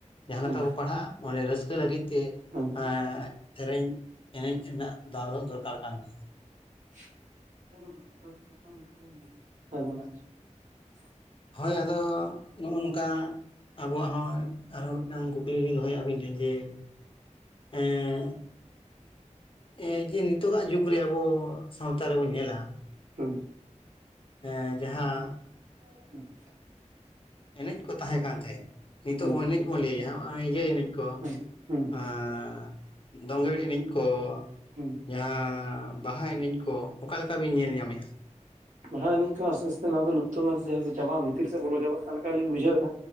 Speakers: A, on the left (about 45°); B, on the right (about 80°).
A: ᱡᱟᱦᱟᱸ
B: ᱫᱚ
A: ᱞᱮᱠᱟ ᱠᱚ ᱯᱟᱲᱦᱟᱜᱼᱟ ᱚᱸᱰᱮ ᱨᱟᱹᱥᱠᱟᱹ ᱨᱟᱹᱥᱠᱟᱹ
B: ᱦᱮᱸ
A: ᱞᱟᱹᱜᱤᱫ ᱛᱮ
B: ᱮᱠᱫᱚᱢ ᱮᱠᱫᱚᱢ ᱮᱠᱫᱚᱢ ᱞᱟᱹᱭ ᱢᱮ
A: ᱮᱸᱜ ᱥᱮᱨᱮᱧ ᱮᱱᱮᱡ ᱨᱮᱱᱟᱜ ᱫᱟᱣ ᱫᱚ ᱫᱚᱨᱠᱟᱨ ᱠᱟᱱ ᱜᱮᱭᱟ᱾
B: <unintelligible>
A: ᱦᱚᱭ ᱟᱫᱚ ᱱᱚᱜᱼᱚ ᱱᱚᱝᱠᱟ ᱟᱵᱚᱣᱟᱜ ᱦᱚᱸ ᱟᱨᱦᱚᱸ ᱢᱤᱫ ᱴᱟᱝ ᱠᱩ ᱠᱞᱤ ᱞᱤᱧ ᱫᱚᱦᱚᱭᱟ ᱟᱹᱵᱤᱱ ᱴᱷᱮᱱ ᱡᱮ ᱮᱸᱻ ᱮᱸᱻ ᱡᱮ ᱱᱤᱛᱚᱜᱟᱜ ᱡᱩᱜᱽ ᱨᱮ ᱟᱵᱚ ᱥᱟᱶᱛᱟ ᱨᱮᱵᱚᱱ ᱧᱮᱞᱟ,
B: ᱦᱩᱸ᱾
A: ᱮᱸᱻ ᱡᱟᱦᱟᱸ
B: ᱟᱪᱪᱷᱟ <unintelligible>
A: ᱮᱱᱮᱡ ᱠᱚ ᱛᱟᱦᱮᱸ ᱠᱟᱱ ᱛᱟᱦᱮᱸᱫ, ᱱᱤᱛᱚᱜ
B: ᱦᱮᱸ
A: ᱫᱚ ᱮᱱᱮᱡ ᱵᱚᱱ ᱞᱟᱹᱭ ᱜᱮᱭᱟ ᱱᱚᱜᱼᱚᱭ ᱡᱮ ᱱᱤᱫ ᱠᱚ
B: ᱦᱮᱸ ᱦᱮᱸ ᱦᱮᱸ
A: ᱟᱸ ᱫᱚᱝᱜᱟᱹᱲ ᱮᱱᱤᱡ ᱠᱚ,
B: ᱦᱩᱸ᱾
A: ᱡᱟᱦᱟᱸ ᱵᱟᱦᱟ ᱮᱱᱮᱡ ᱠᱚ ᱚᱠᱟᱮᱠᱟ ᱵᱤᱱ ᱧᱮᱞ ᱧᱟᱢᱮᱫᱼᱟ?
B: ᱦᱳᱭ ᱱᱤᱛ ᱫᱚ ᱟᱥᱛᱮ ᱟᱥᱛᱮ ᱱᱚᱣᱟ ᱫᱚ ᱞᱩᱯᱛᱚ ᱠᱟᱱ ᱡᱟᱦᱟᱸ ᱥᱮ ᱪᱟᱵᱟᱜ ᱵᱷᱤᱛᱤᱨ ᱥᱮᱜ ᱵᱚᱞᱚ ᱪᱟᱵᱟᱜ ᱠᱟᱱ ᱞᱮᱠᱟᱞᱤᱧ ᱩᱡᱷᱟᱹᱣᱮᱜᱼᱟ,